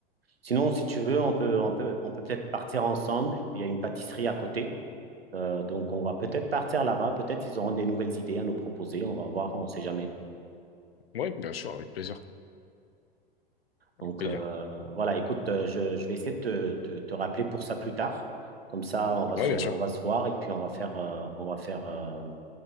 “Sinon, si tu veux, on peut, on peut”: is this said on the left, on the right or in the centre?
Right